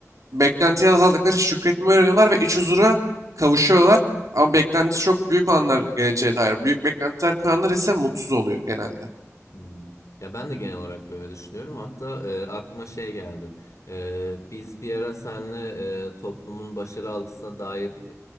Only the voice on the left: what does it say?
Hmm. Ya ben de genel olarak böyle düşünüyorum. Hatta e, aklıma şey geldi. E, biz bir ara seninle e, toplumun başarı algısına dair